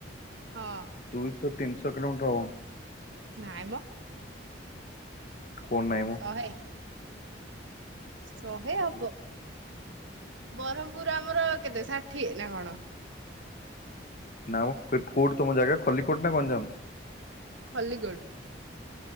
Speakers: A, on the right; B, on the left.
A: ହଁ
B: ଦୁଇଶହ ତିନିଶହ କିଲୋମିଟର ହବ।
A: ନାଇଁମ।
B: କଣ ନାହିଁମ?
A: ଶହେ। ଶହେ ହବ ବରହମପୁର ଆମର କେତେ ଷାଠିଏ ନା କଣ?
B: ନା କୋଉଠି ତମ ଜାଗା ଖଲିକୋଟ ନା ଗଞ୍ଜାମ?
A: ଖଲିକୋଟ।